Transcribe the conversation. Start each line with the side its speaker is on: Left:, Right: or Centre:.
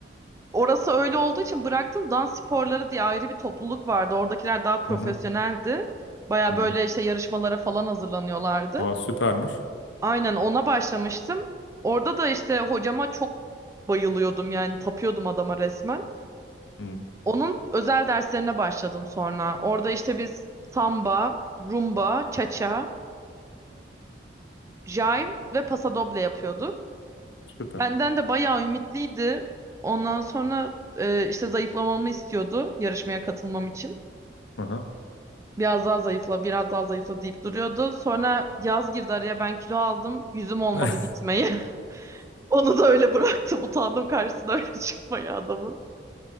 Right: orası öyle olduğu için bıraktım. Dans sporları diye ayrı bir topluluk vardı. Oradakiler daha profesyoneldi.
Left: Hı hı.
Right: Baya
Left: Hı
Right: böyle
Left: hı.
Right: işte yarışmalara falan hazırlanıyorlardı.
Left: Aa, süpermiş.
Right: Aynen ona başlamıştım. Orada da işte hocama çok bayılıyordum yani tapıyordum adama resmen.
Left: Hı.
Right: Onun özel derslerine başladım sonra. Orada işte biz samba, rumba, cha-cha Jive ve pasadoble yapıyorduk.
Left: Süper.
Right: Benden de bayağı ümitliydi. Ondan sonra e, işte zayıflamamı istiyordu yarışmaya katılmam için.
Left: Hı hı.
Right: Biraz daha zayıfla, biraz daha zayıfla deyip duruyordu. Sonra yaz girdi araya ben kilo aldım. Yüzüm olmadı
Left: <laughs>
Right: gitmeyi. <laughs> Onu da öyle bıraktım. Utandım karşısına öyle <laughs> çıkmaya adamın.